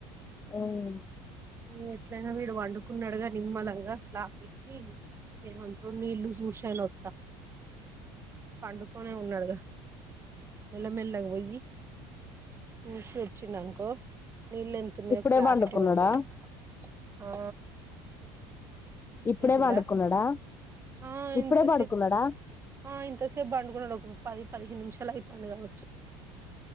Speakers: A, on the left (about 20°); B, on the right (about 25°).
A: హ్మ్
B: హ్మ్ ఎట్లయినా వీడు పండుకున్నాడుగా నిమ్మలంగా స్లాప్ ఎక్కి ఏమంట్రూ నీళ్లు సుషయినా వత్త పండుకోనే ఉన్నాడుగా మెళ్ల మెళ్ల గా పొయ్యి చూసి వచ్చిన్ననుకో నీళ్ళ ఎంతున్నాయో
A: ఇప్పుడే
B: క్లారిటీ
A: పండుకున్నాడా
B: ఉంటది ఆ
A: ఇప్పుడే
B: ఏంటిది
A: పండుకున్నాడా
B: రా ఆ
A: ఇప్పుడే
B: ఇంత
A: పడుకున్నాడా
B: సేపు ఆ ఇంత సేపు బండుకున్నాడు ఒక పది పదిహేను నిమిష నెల అయితంది కావచ్చు